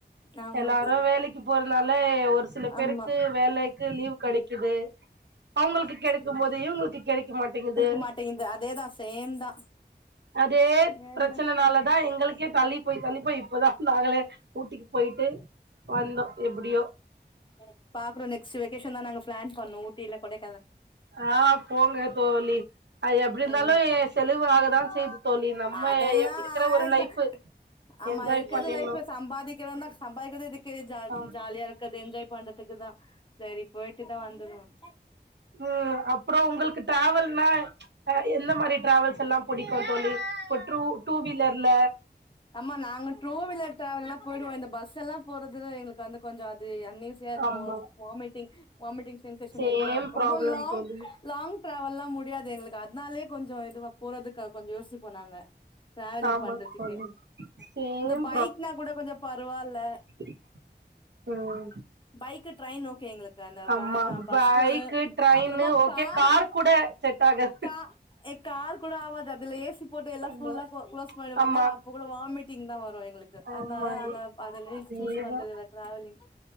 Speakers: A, on the left (about 30°); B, on the right (about 85°).
A: ஆமா
B: எல்லாரு
A: தோழி
B: வேலைக்கு போறனால ஒரு சில பேருக்கு
A: ஆமா
B: வேலைக்கு லீவ் கெடைக்குது அவுங்களுக்கு கெடைக்கு
A: ம்
B: போது இவுங்களுக்கு கெடைக் க மாட்டேங்குது
A: கிடைக்க மாட்டேங்குது அதேதா சேம் தா
B: அதே
A: ஏல
B: பிரச்சனனாலதா தா எங்களுக்கே தள்ளி போய் தள்ளி போய் இப்போதா நாங்களே ஊட்டிக்கி போயிட்டு வந்தோ எப்டியோ
A: ம் பாக்குறோ நெஸ்ட் வெக்கேஷன் தா நாங்க பிளான் பண்ணோ ஊட்டி இல்ல கொடை
B: ஆ போங்க தோழி அது எப்டி இருந்தாலு
A: ம்
B: செலவு ஆகதா செய்து தோழி நம்ம
A: அதெல்லா
B: இருக்கிற
A: ஆயிடுது
B: ஒரு லைஃப்
A: ஆமா
B: என்ஜாய்
A: இருக்கறது
B: பண்ணிர்னு
A: லைஃப்ல சம்பாதிக்கிறோம்னா சம்பாதிக்கிறது எதுக்கு ஜாலி
B: ஆமா
A: ஜாலியா இருக்கறது என்ஜாய் பண்றதுக்கு தா சேரி போயிட்டுதா வந்துடுவோன்
B: ம் அப்புறோ உங்களுக்கு ட்ராவல்னா அ எந்த மாரி டிராவல்ஸ் எல்லா புடிக் <unintelligible> டூ வீலர்ல
A: ஆம்மா நாங்க ட் ருவீலர் டிராவல்லா போயிடுவோ இந்த பஸ் எல்லா போறதுல்ல எங்களுக்கு வந்து கொஞ்ச அது அண்ணி சியா இருக்கு
B: ஆமா
A: வாமிட்டிங் வாமிட்டிங் சென்சேஷன்
B: சேம்
A: இருக்கு ரொம்ப
B: ப்ராப்ளம்
A: லாங்
B: தோழி
A: லாங் ட்ராவல்லா முடியாது எங்களுக்கு அதனாலயே கொஞ்ச இதுவா போறதுக்கு கொஞ்ச யோசி போ நாங்க டிராவலிங்
B: ஆமா
A: பண்றதுக்கு
B: தோழி சேம்
A: இந்த பைக்னா கூட கொஞ்ச பரவால்ல
B: <inaudible> உம்
A: பைக்கு ட்ரெயின் ஓகே எங்களுக்கு அந்த
B: ஆமா
A: வே பஸ்ஸு
B: பைக்கு ட்ரெயின்னு
A: அப்புறமா
B: ஒ ஓகே
A: கார்
B: காரு கூட செட் ஆகாது
A: கா எ கார் கூட ஆவாது அதுல ஏசி போட்டு எல்லா
B: ஆமா
A: ஃபுல்லா குளோ குளோஸ் பண்ணிடுவாங்களா
B: ஆமா
A: அப்ப கூட வாமிட்டிங்தா வரு வரு எங்களுக்கு
B: ஆமா
A: அதனால நாங்க அதல
B: அதேதா
A: சூஸ் பண்றது இந்த டிராவலிங்